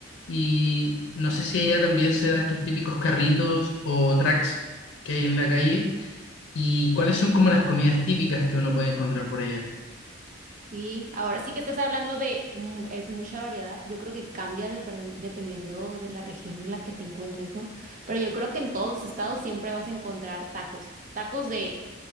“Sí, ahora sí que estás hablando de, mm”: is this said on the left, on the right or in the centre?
Right